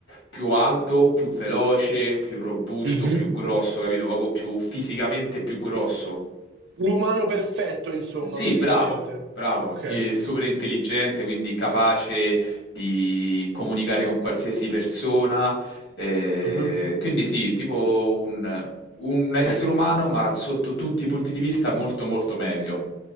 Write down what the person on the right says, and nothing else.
Mhm.
L'umano perfetto, insomma,
praticamente.
Ok.
Mhm.